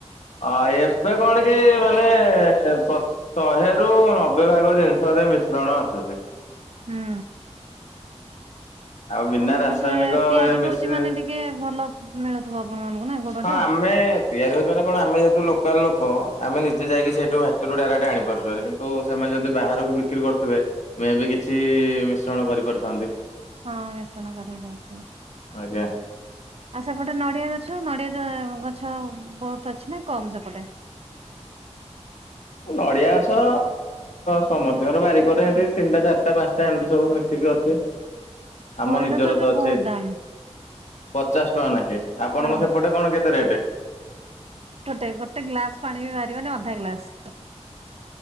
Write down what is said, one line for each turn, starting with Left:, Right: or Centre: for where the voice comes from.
Left: ହଁ ଏବେ କଣ କି ମାନେ ପ ଶହେରୁୁ ନବେ ଭାଗ ଜିନିଷରେ ମିଶ୍ରଣ ଆସୁଛି।
Right: ହୁଁ
Left: ଆଉ ବିନା
Right: ଆ ସେ
Left: ରାସାୟନିକ
Right: ଗୋଟେ ତିଆରି
Left: ଇଏ ମିଶି
Right: ହଉଛି ମାନେ ଟିକେ କେ ଭଲ। ମିଳୁଥିବ ଆପଣମାନଙ୍କୁ ନା। ଗୁଡ
Left: ହଁ
Right: ଟା।
Left: ଆମେ ତିଆରି ହଉଛି ମାନେ କଣ ଆମେ ଯେହେତୁ ଲୋକାଲ ଲୋକ ଆମେ ନିଜେ ଯାଇକ ସେଇଠୁ ଭାଟିରୁ ଡାଇରେକ୍ଟ ଆଣିପାରୁଛେ କିନ୍ତୁ ସେମାନେ ଯଦି ବାହାରକୁ ବିକ୍ରି କରୁଥିବେ ମେ ବି କିଛି ମିଶ୍ରଣ କରିପାରୁଥାନ୍ତି।
Right: ହଁ ମିଶ୍ରଣ କରିପାରୁଥିବେ।
Left: ଆଜ୍ଞା।
Right: ଆଉ ସେପଟେ ନଡ଼ିଆ ଗଛ ନଡ଼ିଆ ଗଛ ବହୁତ ଅଛି ନା କମ ସେପଟେ।
Left: ନଡିଆ ଗଛ ସମସ୍ତଙ୍କର ବାରିକରେ ଏମିତି ତିନିଟା, ଚାରିଟା, ପାଞ୍ଚଟା ଏମିତି ସବୁ ମିଶିକି ଅଛି। ଆମ
Right: ପଇଡ
Left: ନିଜର
Right: ଏବେ
Left: ତ ଅଛି।
Right: ବହୁତ ଦାମ
Left: ପଚାଶ ଟଙ୍କା ନେଖେ ଆପଣଙ୍କ
Right: ହଁ
Left: ସେପଟେ କଣ କେତେ ରେଟ?
Right: ଟେ ଗୋଟେ ଗ୍ଲାସ ପାଣି ବି ବାହାରିବନି ଅଧା ଗ୍ଲାସ।